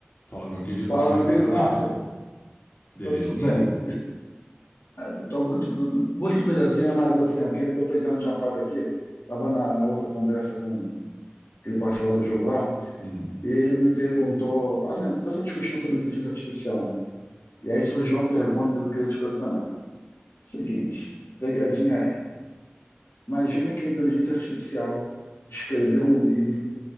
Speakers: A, on the left; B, on the left.
A: Fala, meu querido,
B: Fala,
A: como
B: meu
A: é que você
B: querido
A: tá?
B: Márcio.
A: Belezinha?
B: Eu tô bem. Eu tô muito, muito belezinha, mas assim, eu queria tua opinião de uma parada aqui. Tava na, na outra conversa com aquele parceiro do jogo lá,
A: Hum.
B: e ele me perguntou, tava assim, o pessoal discutindo sobre inteligência artificial, né? E aí surgiu uma pergunta que eu queria te fazer também. Seguinte, pegadinha é, imagina que a inteligência artificial escreveu um livro